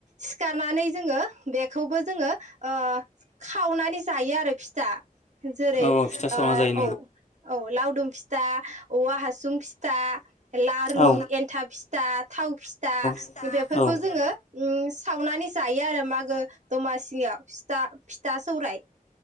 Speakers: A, on the right; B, on the left.
A: सिखारनानै जोङो बेखौबो जोङो ओ खावनानै जायो आरो फिथा जेरै
B: औ
A: ओ
B: औ जायो
A: औ औ लावदुम फिथा औवा हासुं फिथा लारु
B: औ
A: एन्था फिथा थाव फिथा
B: फिथा
A: बे फोरखौ जोङो उम सावनानै जायो आरो मागो दमासियाव फिथा फिथा सौराय